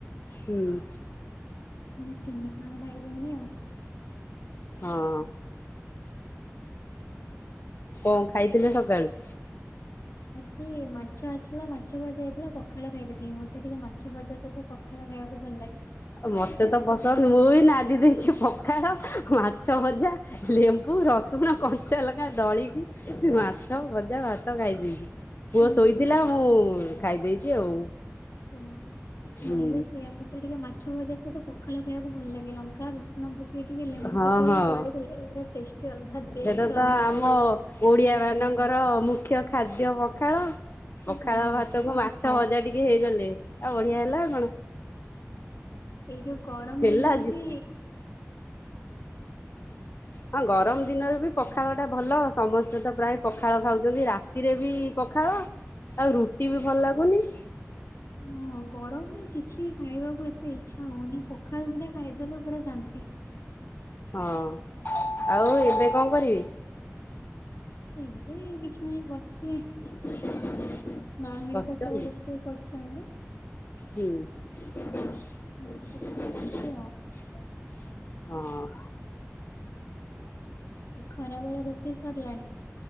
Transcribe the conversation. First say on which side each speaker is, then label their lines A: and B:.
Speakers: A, on the left; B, on the left.
A: ହୁଁ।
B: ଆମେ ତିନି ଜଣ ଭାଇ ଭଉଣୀ ଆଉ।
A: ହଁ। କଣ ଖାଇଥିଲେ ସକାଳୁ?
B: ଆଜି ମାଛ ଆସିଥିଲା ମାଛ ଭଜା ହେଇଥିଲା ପଖାଳ ଖାଇଦେଇଥିଲି ମତେ ଟିକେ ମାଛ ଭଜା ସହିତ ପ ପଖାଳ ଖାଇବାକୁ ଭଲ ଲାଗେ।
A: ମତେ
B: ସେଇଆକୁ
A: ତ ପସନ୍ଦ ମୁଁ ନାଦି ଦେଇଛି ପଖାଳ ମାଛ ଭଜା। ଲେମ୍ବୁ ରସୁଣ କଞ୍ଚା ଲଙ୍କା ଦଳିକି ମାଛ ଭଜା ଭାତ ଖାଇଦେଇଛି। ପୁଅ
B: ମୁଁ
A: ଶୋଇଥିଲା
B: ବି ସ-
A: ମୁଁ ଖାଇ ଦେଇଛି ଆଉ।
B: ତ
A: ହୁଁ
B: ମୁଁ ବି ସେଇଆ ମତେ ଟିକେ ମାଛ ଭଜା ସହିତ ପଖାଳ କୁଇ ବାକୁ ଭଲ ଲାଗେ ଲଙ୍କା ରସୁଣ ଭୋ ଟିକିଏ ଟିକେଏ ଲେମ୍ବୁ
A: ହଁ
B: ପକେଇ
A: ହଁ
B: ଦଳି ଦେଲେ ପୁରା ଟେଷ୍ଟି ଅଲଗା ଟେଷ୍ଟ
A: ସେଇଟା
B: ପୁରା
A: ତ
B: ଅଲଗା ପ୍ରକାର।
A: ଆମ ଓଡିଆ ମାନଙ୍କର ମୁଖ୍ୟ ଖାଦ୍ୟ ପଖାଳ। ପଖାଳ
B: ହଁ
A: ଭାତ କୁ ମାଛ ଭଜା ଟିକେ ହେଇଗଲେ। ଆଉ ବଢିଆ ହେଲା ଆଉ କଣ
B: ଏଇ ଯୋଉ ଗରମ
A: ହେଲା
B: ଦିନରେ
A: ଆଜି
B: ବି
A: ହଁ ଗରମ ଦିନରେ ବି ପଖାଳ ଟା ଭଲ ସମସ୍ତେ ତ ପ୍ରାୟ ପଖାଳ ଖାଉଛନ୍ତି ରା ରାତିରେ ବି ପଖାଳ ଆଉ ରୁଟି ବି ଭଲ ଲାଗୁନି।
B: ହଁ ଗରମରେ କିଛି ଖାଇବାକୁ ଏତେ ଇଚ୍ଛା ହଉନି ପଖାଳ ଦି ଟା ଖାଇଦେଲ ପୁରା ଶାନ୍ତି।
A: ହଁ ଆଉ ଏବେ କଣ କରିବି?
B: ଏବେ କିଛି ନାଇଁ ବସିଛି।
A: <unintelligible>
B: ମା ହେରିକା
A: ବସିଛନ୍ତି
B: ସବୁ ରୋଷେଇ କରୁଛନ୍ତି।
A: ହୁଁ।
B: ମୁଁ ଟିକେ ବସିଛି
A: ହଁ।
B: ଆଉ ଖରା ବେଳେ ରୋଷେଇ ସରିଲାଣି?